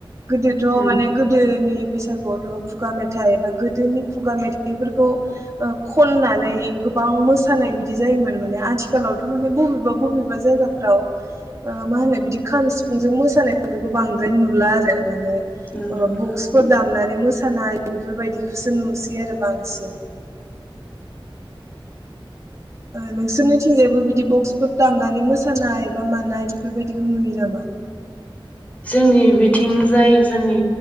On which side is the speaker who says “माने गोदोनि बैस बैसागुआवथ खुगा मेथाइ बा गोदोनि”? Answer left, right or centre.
Right